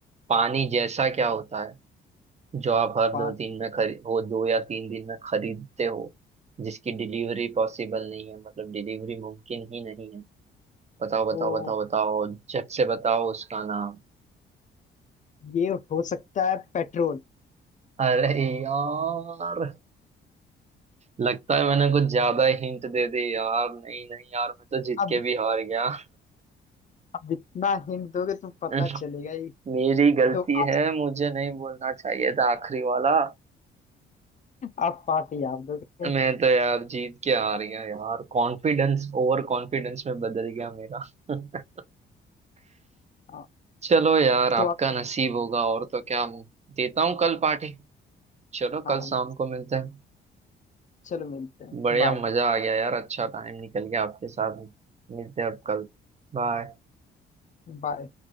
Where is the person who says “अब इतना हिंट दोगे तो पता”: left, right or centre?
Left